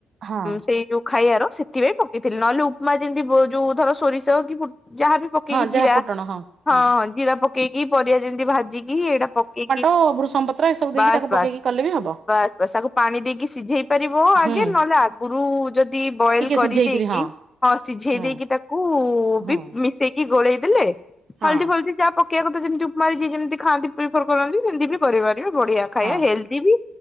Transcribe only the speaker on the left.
ସେଇ। ଯୋଉ ଖାଇବାର ସେଥିପାଇଁ ପକେଇଥିଲି ନହେଲେ ଉପମା ଯେମିତି ଯୋଉ ଧର ସୋରିଷ କି ଯାହା ବି ପକେଇକି
ଜିରା
ହଁ ଜିରା ପକେଇକି ପରିବା ଯେମିତି ଭାଜିକି ଏଇଟା ପକେଇକି।
ବାସ୍
ବାସ୍
ବାସ୍ ବାସ୍ ଆକୁ ପାଣି ଦେଇକି ସିଝେଇ ପାରିବ ଆଗେ
ନହେଲେ ଆ ଗରୁ ଯଦି ବଏଲ
କରିଦେଇକି
ହଁ ସିଝେଇ
ଦେଇକି ତାକୁ
ମିଶେଇ। କି ଗୋଳେଇ ଦେଲେ
ହଳଦୀ ହଳଦ ଯାହା ପକେଇବା କଥା ଯେମିତିମାରି ଯେମତି ଖାଆନ୍ତି ପ୍ରିଫର କରନ୍ତି। ଏମିତି ବି କରିପାରିବେ ବଢିଆ ଖାଇବା
ହେଲ୍ଦି ବି